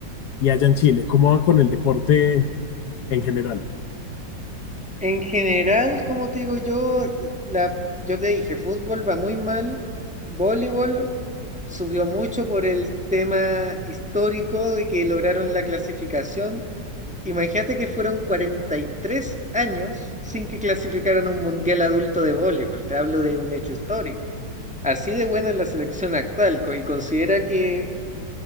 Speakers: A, on the left; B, in the centre.
A: Y allá en Chile, ¿cómo va con el deporte en general.
B: en general, como te digo yo, la, yo te dije, fútbol va muy mal, voleibol subió mucho por el tema histórico de que lograron la clasificación Imagínate que fueron 43 años sin que clasificaran a un mundial adulto de voleibol. Te hablo de un hecho histórico. Así de buena es la selección actual co- y considera que,